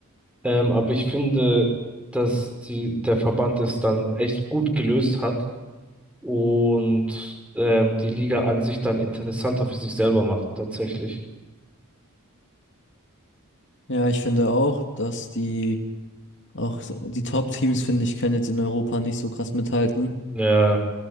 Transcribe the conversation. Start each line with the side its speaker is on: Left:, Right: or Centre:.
Centre: Ähm, aber ich finde, dass die, der Verband es dann echt gut gelöst hat und ähm, die Liga an sich dann interessanter für sich selber macht, tatsächlich.
Left: Ja, ich finde auch, dass die auch so- die Top-Teams, finde ich, können jetzt in Europa nicht so krass mithalten.
Centre: Ja,